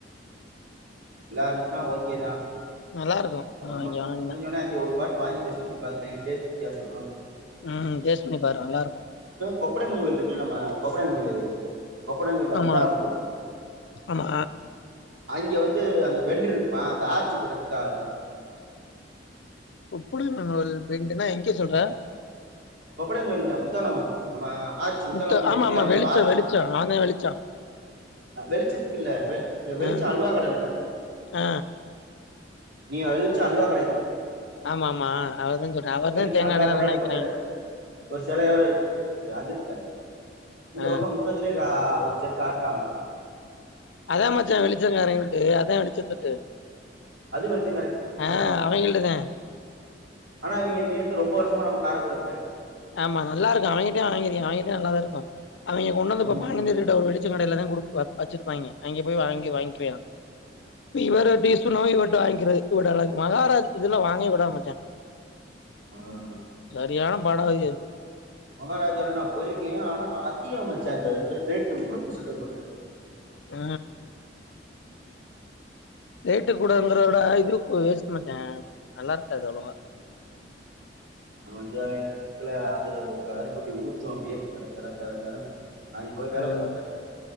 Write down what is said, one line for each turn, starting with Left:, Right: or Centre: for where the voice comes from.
Right: நல்லா இருந்துச்சுன்னா ஓகே தா
Left: நல்லா இருக்கு
Right: அத
Left: அவிங்க
Right: மு
Left: வாங்குனா
Right: முடிஞ்சோனே அங்க ஒரு கோட்ரு வாங்கி டெஸ்டு பண்ணி பாக்குறே டேஸ்ட் வித்தியாசோ
Left: ம் டேஸ் பண்ணி பாரு நல்லா இருக்கு
Right: கொப்படை அம்மன் கோயில் இருக்குல்ல நம்ம கொப்படைங் கோயிலு கொப்படங்க இல்ல
Left: ஆமா
Right: முத்தாரம்ம கோயிலு
Left: ஆமா
Right: அங்க வந்து அந்த பெண்டு இருக்குமா அந்த ஆர்ச்சி இப்ப கட்டிருக்காகல்ல
Left: கொப்படி அம்மன் கோயில் பெண்டுனா எங்கே சொல்ற
Right: கொப்படைங்கோயில் இல்ல முத்தாலம்மன் நம்ம ஆச்சு முத்தாலம்மனுக்கு
Left: முத்த ஆமா
Right: என்றி
Left: ஆமா
Right: அவுங்க
Left: வெளிச்சம்
Right: இப்ப ஆர்ச்
Left: வெளிச்சம் அவன்தா வெளிச்சம்
Right: அ வெளிச்சத்துக்கு இல்ல வெ வெளிச்ச
Left: ஆ
Right: அல்வா கட இல்ல
Left: ஆ.
Right: நீ எழிச்ச அல்வா கடையதான
Left: ஆமா ஆமா அததா சொல்றே அவர்தா
Right: வெளிச்ச
Left: தேங்கா
Right: அல்வா
Left: எண்ண நல்லெண்ண
Right: கடை இந்த
Left: விக்கிறாய்ங்க
Right: பக்கம் இருக்கு ஒரு செலையோட இங்குட்டு இருக்கு அது இல்ல இந்த
Left: ஆ.
Right: பக்கோ முக்கத்திலயே கிரா ஆ உச்சக்காட்றா
Left: அதா மச்சா வெளிச்ச கார வீட்டு அதா வெளிச்சத்துட்டு
Right: அது வெளிச்சங்காரங்க தானே
Left: ஆ அவிங்கல்ட்டதே
Right: ஆனா இவிங்க இவி வந்து ரொம்ப வருஷமா நம்ம காரப்படு இருக்காய்ங்க
Left: ஆமா நல்லா இருக்கு அவிங்கிட்டே வாங்கிருக்கே அவிங்கிட்டே நல்லாதா இருக்கு அவைங்க கொண்டு வந்துப்ப
Right: ம்.
Left: பானந்தர்கிட்ட ஒரு வெளி ச்ச கடையில தா குடு வ வச்சிருப்பாய்ங்க அங்கே போய் வாங்கி வாங்கிக்கிவியா இவரப்டி சுனோ இவர்ட்ட வாங்கிக்கிறது ஊடலா மகாரஜா இதுல்லா வாங்கவே கூடாது மச்சா
Right: ஆமா.
Left: சரியான பாடகை அது
Right: மகாராஜால நா போயிருக்கே ஆனா அதிய மச்சா இந்த இவரு ரேட்டு முன்னுத்தி சில்ற சொல்றா
Left: அ ரேட்டு கூடங்கரத விட இதுக்கு வேஸ்ட் மச்சா நல்லா இருக்காது அவ்ளவா
Right: அவன் வந்து செக்குல அது கருப்பட்டி ஊத்து அப்படியே சரச்சரசரச்சரனு நா இவ்ளோ வேலை
Left: ம்.
Right: பாத்துருக்கேன்ல